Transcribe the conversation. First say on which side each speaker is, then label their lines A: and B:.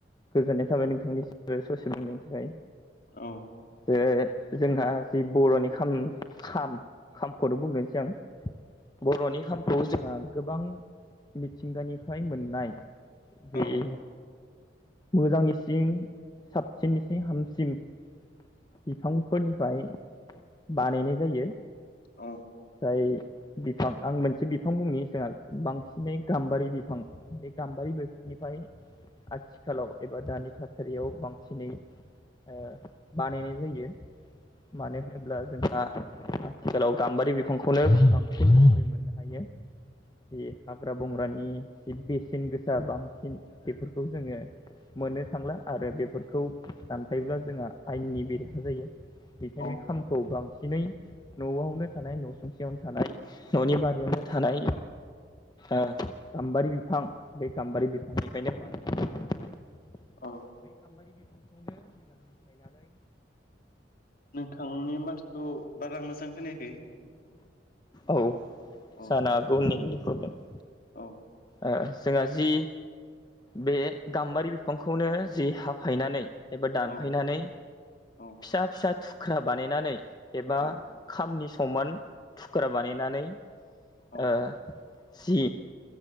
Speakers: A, on the left; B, on the left.
A: गोजोननाय थाबाय नोंथांनि ससे मिनि थाखाय
B: औ
A: ओ जोंहा जि बर'नि खाम खामखौनो बुंग्रोनोसै आं बर'नि खाम खौ जोंहा गोबां मिथिंगानिफ्राय मोननाय बेे
B: औ
A: मोजांनिसिं साबसिननि सिं हामसिम बिफांफोरनिफ्राय बानायनाय जायो
B: औ
A: बिफां आं मोनसे बिफां बुंनि जोंहा बांसिनै गाम्बारि बिफां बे गाम्बारि बिफांनिफ्रायाय आथिखालाव एबा दानि थासारियाव बांसिनै ओ बानायनाय जायो मानो होनोब्ला जों हा आथिखालाव गाम्बारि बिफांखौनो बांसिन मरै मोननो हायो बे हाग्रा बंग्रानि बेसेन गोसा बांसिन बेफोरखौ जोङो मोननो थांला आरो बेफोरखौ दानफायोब्ला जोंहा आयेननि बेरेखा जायो बेखायनो
B: औ
A: खामखौ बांसिन दिनै न'आवनो थानाय न' सुंखियावनो थानाय न'नि बारियावनो थानाय ओ गाम्बारि बिफां बे गाम्बारि बिफांनिफ्रायनो बानायनाय बै
B: औ
A: गामबारि बिफांखौनो मैया हाफायनानै
B: नोंथांनि माथाखौ बारा मोजां खोनायाखै
A: औ
B: अ
A: जानो हागौ नेटनि प्रब्लेम
B: औ
A: ओ जोंहा जि बे गाम्बारि बिफांखौनो जि हाफायनानै एबा दानफैनानै
B: औ औ
A: फिसा फिसा थुख्रा बानायनानै एबा
B: औ
A: खामनि समान थुख्रा बानायनानै
B: औ
A: ओ जि